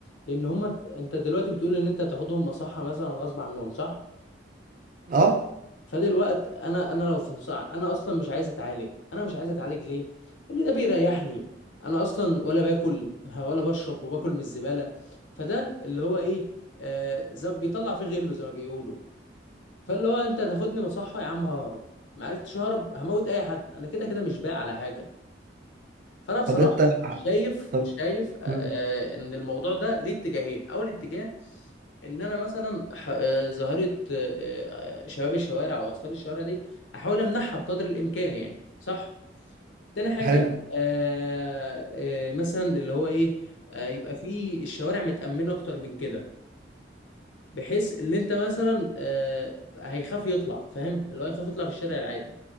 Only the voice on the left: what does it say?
لان هم انت دلوقتي بتقول ان انت تاخدهم مصحه مثلا غصب عنهم صح
فده الوقت انا انا لو في مصع انا اصلا مش عايز اتعالج انا مش عايز اتعالج ليه اللي ده بيريحني انا اصلا ولا باكل ولا بشرب وباكل من الزباله فده اللي هو ايه آه زي- بيطلع فيه غله زي ما بيقولوا فاللي هو انت تاخدني مصحه يا عم ههرب ما عرفتش اهرب هموت اي حد انا كده كده مش باقي على حاجه فانا بصراحه
شايف
شايف آه، آه،
ان الموضوع ده ليه اتجاهين اول اتجاه ان انا مثلا ح- آه، ظاهره آه، آه، شباب الشوارع او اطفال الشوارع دي احاول امنعها بقدر الامكان يعني صح تاني حاجه
آه، آه، مثلا اللي هو ايه آه، يبقى في الشوارع متامنه اكتر من كده بحيث ان انت مثلا آه، هيخاف يطلع فاهم اللي هو هيخاف يطلع في الشارع العادي